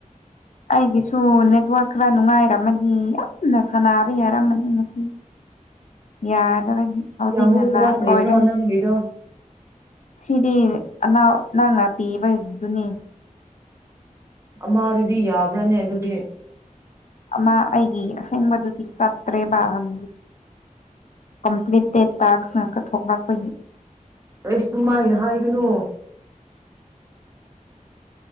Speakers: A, on the left (about 60°); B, on the right (about 20°).
A: ꯑꯩꯒꯤꯁꯨ ꯅꯦꯠꯋꯥꯛ ꯈꯔ ꯅꯨꯡꯉꯥꯏꯔꯝꯃꯗꯤ ꯌꯥꯝꯅ ꯁꯥꯟꯅꯕ ꯌꯥꯔꯝꯃꯅꯤ ꯉꯁꯤ ꯌꯥꯗꯕꯒꯤ ꯍꯧꯖꯤꯛꯅ
B: ꯀꯌꯥꯃꯨꯛ ꯋꯥꯠꯂꯤꯕ꯭ꯔꯣ
A: ꯂꯥꯁ ꯑꯣꯏꯔꯅꯤ
B: ꯅꯪꯒꯤꯗꯣ
A: ꯁꯤꯗꯤ ꯑꯅꯥꯎ ꯅꯪꯅꯄꯤꯕꯗꯨꯅꯤ
B: ꯑꯣ ꯃꯥ ꯑꯗꯨꯗꯤ ꯌꯥꯕ꯭ꯔꯥꯅꯦ ꯑꯗꯨꯗꯤ
A: ꯑꯃ ꯑꯩꯒꯤ ꯑꯁꯦꯡꯕꯗꯨꯗꯤ ꯆꯠ ꯇꯦꯕꯥꯟ ꯀꯝꯄꯂꯤꯠ ꯗ ꯇꯁ ꯊꯣꯛꯂꯥꯛꯄ
B: ꯑꯁ ꯅꯨꯡꯃꯥꯏꯅ ꯍꯥꯏꯒꯅꯨ